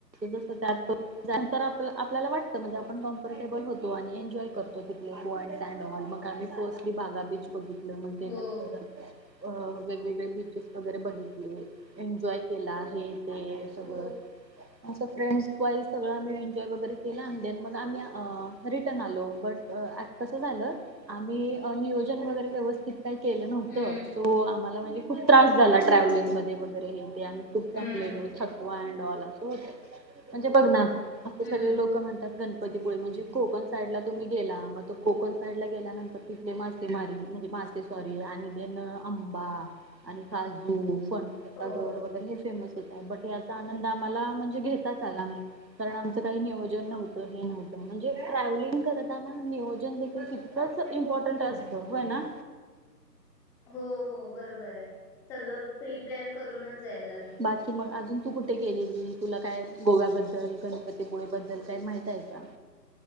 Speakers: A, on the right; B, in the centre.
A: त्यातंतर आप आपल्याला वाटतं म्हणजे आपण कम्फर्टेबल होतो. आणि एन्जॉय करतो तिथले पॉइंट्स अँड ऑल मग आम्ही फर्स्टली बागा बीच बघित मग
B: हो
A: <inaudible> अ वेगवेगळे बीचेस वगैरे बघित ले एन्जॉय केला हे ते सगळ
B: हो
A: अस फ्रेंड सगळ आम्ही एन्जॉय वगैरे केला आणिन मग आम्ही रिटर्न आलो! बट कस झालं आम्ही नियोजन वगैरे व्यवस्थित व्यवस्थित काय केलं नव्हत
B: हम्म
A: सो आम्हास्नी! खूप त्रास झाला ट्रॅव्हिंग मध्ये वगैरे हे ते आम्ही खूप
B: हम्म
A: संपलेलो थकवा अँड ऑल असं होत! म्हणजे बघ ना, अस
B: हम्म
A: सगळे लोक म्हणतात गणपतीपुळी म्हणजे कोकण साईडला तुम्ही गेला मग तो कोकण साईड ला, गेल्यानंतर तिथले मासे मारी म्हणजे! मासे सॉरी आणि देन आंबा आणि काजू वगैर
B: हो
A: हे फेमस याचा आनंद आम्हाला म्हणजे घेताच आला नाही! कारण आमचं काही नियोजन नव्हतं हे नव्हतं म्हणजे ट्रॅव्हलिंग करताना नियोजन देखील तितकच इम्पॉर्टंट असत! होय ना?
B: हो हो बरोबर आहे सगळं प्री प्लॅन करूनच जायला लागेल
A: बाकी मग अजून तू कुठे केलेली तुला काय गोव्याबद्दल, गणपतीपुळे बद्दल काय माहित आहे का?